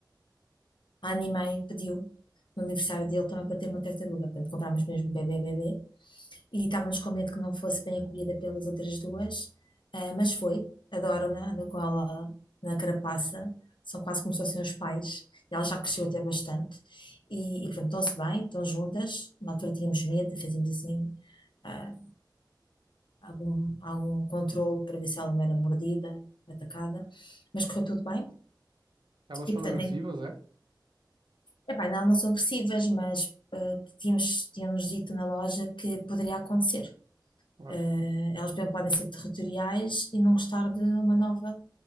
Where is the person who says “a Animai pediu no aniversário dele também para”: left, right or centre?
Left